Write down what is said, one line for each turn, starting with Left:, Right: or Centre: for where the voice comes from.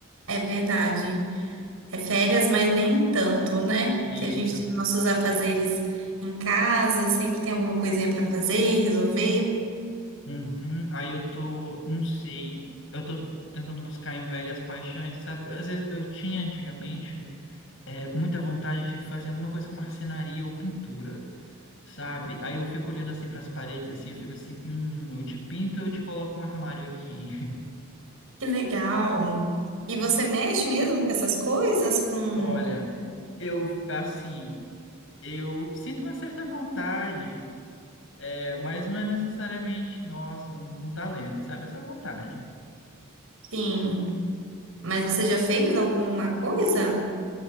Right: É verdade. É férias, mas nem tanto, né?
Left: Isso.
Right: Que a gente tem nossos afazeres em casa, sempre tem alguma coisinha para fazer, resolver.
Left: Uhum. Aí eu tô, não sei, eu tô tentando buscar em velhas paixões, sabe? Às vezes eu tinha antigamente é, muita vontade de fazer alguma coisa com marcenaria ou pintura, sabe? Aí eu fico olhando assim para as paredes, assim, eu fico assim, hum, eu te pinto, eu te coloco um armário aqui. <laughs>
Right: Que legal. E você mexe mesmo com essas coisas, com,
Left: Olha, eu, assim, eu sinto uma certa vontade, é, mas não é necessariamente, nossa, um, um talento, sabe? É só vontade.
Right: sim. Mas você já fez alguma coisa?